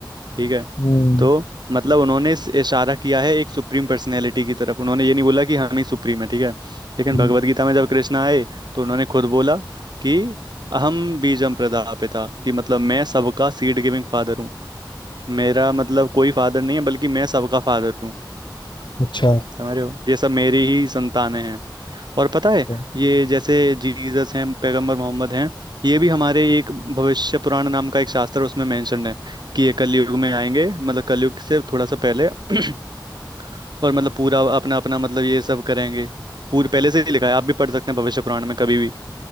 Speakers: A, on the right; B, on the left.
A: ठीक है
B: हम्म
A: तो मतलब उन्होंने इस- इशारा किया है एक सुप्रीम पर्सनैलिटी की तरफ उन्होंने ये नहीं बोला कि हम ही सुप्रीम है ठीक है लेकिन
B: हम्म,
A: भगवत गीता में जब कृष्ण आए तो उन्होंने खुद बोला कि अहम बीजम प्रदापिता कि मतलब मैं सबका सीड गिविंग फादर हूँ मेरा मतलब कोई फादर नहीं है बल्कि मैं सबका फादर हूँ
B: अच्छा
A: समझ रहे हो ये सब मेरी ही संतानें हैं और पता है
B: अच्छा
A: ये जैसे जीसस हैं पैगंबर मोहम्मद हैं ये भी हमारे एक भविष्य पुराण नाम का एक शास्त्र है, उसमें मेंशन है कि ये कलयुग में आएंगे मतलब कलयुग से थोड़ा सा पहले <clears throat> और मतलब पूरा अपना अपना मतलब ये सब करेंगे पूरे पहले से ही लिखा है आप भी पढ़ सकते हैं भविष्य पुराण में कभी भी